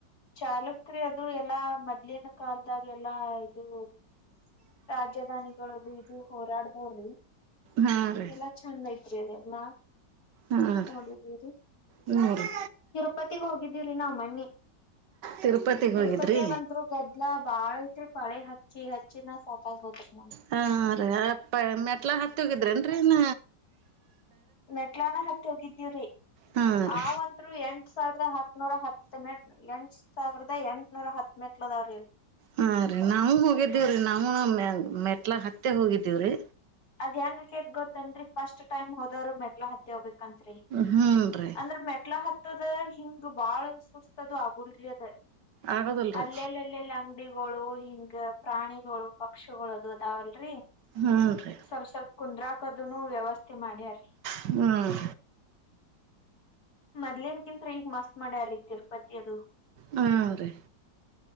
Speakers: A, on the left (about 55°); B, on the right (about 75°).
A: ಚಾಾಲಕ್ರ ಅದು ಎಲ್ಲಾ ಮೊದ್ಲಿನ ಕಾಲದಾಗ ಎಲ್ಲಾ ಇದು ರಾಜಧಾನಿಗಳುದು ಇದು ಹೋರಾಡ್ದವ್ರಿ
B: ಹಾ ರೀ
A: ಎಲ್ಲಾ ಚಂದ ಐ ಲ್ಲಾ
B: ಹಾ ರೀ
A: ನೋಡಿದೀರಿ
B: ಹ್ಞೂ ರೀ
A: ತಿರುಪತಿಗ್ ಹೋಗಿದ್ದೀವ್ರಿ ನಾವವು ಮನ್ನಿ
B: ತಿರುಪತಿಗೆ
A: ತಿರುಪತಿಯಗಂದರು
B: ಹೋಗಿದ್ರಿ
A: ಗದ್ಲ ಬಾಳ ಐತ್ರಿ ಪಳೆ ಹಚ್ಚಿ ಹಚ್ಚಿನ ಫಕಾಸ್ ಹತ್ತ
B: ಹಾ ರೀ ಅಪ್ಪ ಮೆಟ್ಲ ಹತ್ತ ಹೋಗಿದ್ರೇನ್ರೀನ್
A: ಮೆಟ್ಲಾನ ಹತ್ತಿ ಹೋಗಿದ್ದೀವ್ರಿ
B: ಹಾಂ ರೀ
A: ಆಂತ್ರು ಎಂಟ್ ಸಾವಿರದ ಹತ್ನೂರ ಹತ್ತೆ ಎಂಟ್ ಸಾವಿರದ ಎಂ ನೂರ ಹತ್ತಿನೆಂಟ್ಲದ ಅವ್ರ ಇಲ್ಲಿ
B: ಹಾ ರೀ ನಾವ ಹೋಗಿದ್ದೀವ್ರಿ ನಾವವು ಮೆಟ್ಲ ಹತ್ತೆ ಹೋಗಿದ್ದೀವ್ರಿ
A: ಅದ್ಏನ್ ರೀೇದ ಗೊತ್ತೇನ್ರಿ ಫಸ್ಟ್ ಟೈಮ್ ಹೋದ್ರು ಮೆಟ್ಲ ಹತ್ತಿ ಹೋಗಬೇಕು ತ್ರಿ
B: ಹ್ಞೂ ರೀ
A: ಅಂದ್ರ ಮೆಟ್ಲ ಹತ್ತದ ಹಿಂಗ ಬಾಳ ಸುಸ್ತದು ಆಗುರ್ಲಿದ
B: ಆಗೋದಲ್ರಿ
A: ಅಲ್ಲೆಲ್ಲೆಲ್ಲೆಲ್ಲ ಅಂಗಡಿಗಳು ಹಿಂಗ ಪ್ರಾಣಿಗಳು ಪಕ್ಷಿಗಳುದು ಅದಾವಲ್ರರಿ
B: ಹ್ಮ್ ರೀ
A: ಸ್ವಲ್ಪ ಸ್ವಲ್ಪ ಕುಂದ್ರಾಕದುನು ವ್ಯವಸ್ಥೆ ಮಾಡ್ಯಾರಿ
B: ಹ್ಮ್
A: ಮೊದ್ಲೇನ್ ಕಿಂತತ್ ಈಗ ಮಸ್ತ್ ಮಾಡ್ಯಾರೀ ತಿರುಪತಿ ಅದು
B: ಹಾ ಅದೇ